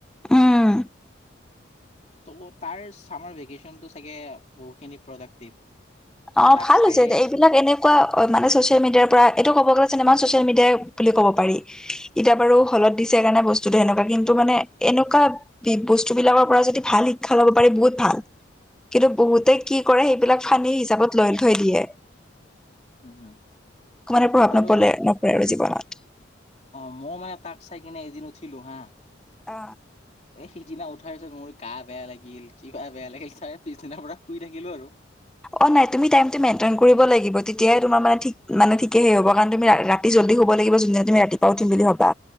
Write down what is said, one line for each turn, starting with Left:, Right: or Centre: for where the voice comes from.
Centre: উম
Left: ত' তাৰ চামাৰ ভেকেশচনটো চাগে বহুখিনি প্ৰডাক্টিভ মই
Centre: অ
Left: তাক
Centre: ভাল
Left: চাইয়ে
Centre: হৈছে
Left: আছো।
Centre: এইবিলাক এনে কোৱা অ মানে ছচিয়েল মিডিয়াৰ পৰা এইটো ক'ব গ'লে চিনেমা ছ'চিয়েল মিডিয়াই বুলি ক'ব পাৰি এতিয়া বাৰু হলত দিছেকাৰণে বস্তুটো সেনেকুৱা কিন্তু মানে এনেকুৱা বস্তু বিলাকৰ পৰা যদি ভাল শিক্ষা ল'ব পাৰি বহুত ভাল কিন্তু বহুতে কি কৰে সেইবিলাক ফানি হিচাপত লৈ থৈ দিয়ে
Left: উম হম।
Centre: একো মানে প্ৰভাৱ
Left: বাৰু
Centre: নপলে নপৰে আৰু জীৱনত
Left: অ ময়ো মানে তাক চাই কিনে এদিন উঠিলো হা
Centre: অ
Left: এ সিদিনা উঠাৰ পিছত মোৰ গা বেয়া লাগিল কিবা বেয়া লাগিল তাৰে পিছদিনাৰ পৰা শুই থাকিলো আৰু
Centre: অ নাই তুমি টাইমটো মেইনটেইন কৰিব লাগিব তেতিয়াই তোমাৰ মানে ঠিক, মানে ঠিকেই সেই হ'ব কাৰণ তুমি ৰা ৰা ৰাতি জল্দি হ'ব লাগিব যোনদিনা তুমি ৰাতিপুৱা উঠিম বুলি ভাবা